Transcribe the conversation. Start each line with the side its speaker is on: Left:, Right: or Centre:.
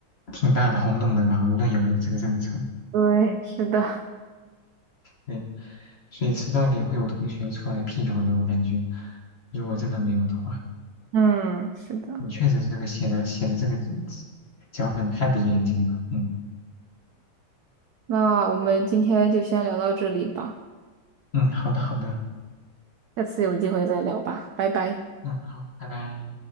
Left: 挺大的轰动的吧，无论有没有这个政策。
Right: <laughs> 对，是的，
Left: 对，所以迟早也会有同学出来辟谣的，我感觉，如果真的没有的话，
Right: 嗯，是的。
Left: 你确实这个写的写的这个脚本太不严谨了，嗯
Right: 那我们今天就先聊到这里吧，
Left: 嗯，好的好的，
Right: 下次有机会再聊吧，拜拜。
Left: 嗯好，拜拜。